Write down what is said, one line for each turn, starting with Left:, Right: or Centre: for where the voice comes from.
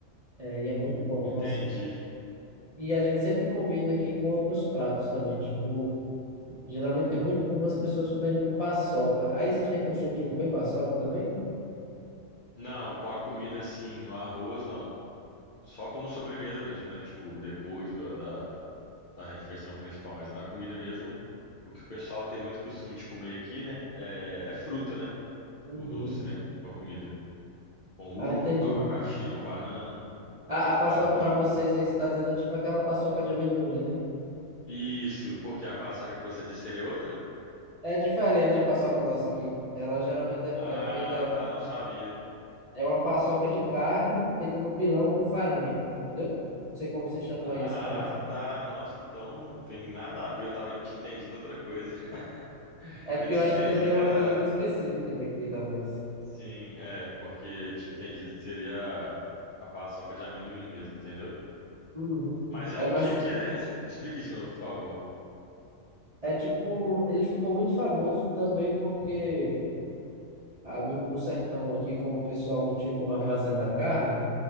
Right: É, e é muito bom,
Left: Entendi.
Right: nossa. E a gente sempre combina aqui com outros pratos também, tipo, geralmente é muito comum as pessoas comerem com paçoca. Aí vocês têm costume de comer paçoca também?
Left: Não, com a comida assim, no arroz, não. Só como sobremesa mesmo, né? Tipo, depois do- da, da refeição principal. Mas na comida mesmo, o que o pessoal tem muito costume de comer aqui, né? É, é fruta, né?
Right: Uhum.
Left: O doce, né? Com a comida. Com uva,
Right: Ah, entendi.
Left: com abacaxi, com banana.
Right: A,
Left: Tipo
Right: a paçoca
Left: arroz,
Right: para
Left: né?
Right: vocês aí que você está dizendo é tipo aquela paçoca de amendoim, né?
Left: Isso, porque a paçoca que você disse seria outra?
Right: É diferente a paçoca nossa aqui. Ela geralmente é,
Left: Ah,
Right: é feita.
Left: tá, não sabia.
Right: É uma paçoca de carne feita no pilão com farinha. Entendeu? Não sei como vocês chamam
Left: Ah,
Right: aí esse prato.
Left: tá, nossa, então tem nada a ver, eu tava, tinha entendido outra coisa. <laughs>
Right: É porque
Left: Eu tinha
Right: eu acho
Left: entendido
Right: que também é
Left: que
Right: uma
Left: era,
Right: coisa muito específica daqui, talvez.
Left: sim, é, porque eu tinha entendido que seria a, a paçoca de amendoim mesmo, entendeu?
Right: Uhum.
Left: Mas é
Right: É,
Left: o
Right: mas
Left: que que é? Es- Explica de novo, por favor.
Right: é tipo. Ele ficou muito famoso também porque ah, no, no sertão aqui, como o pessoal não tinha como armazenar carne.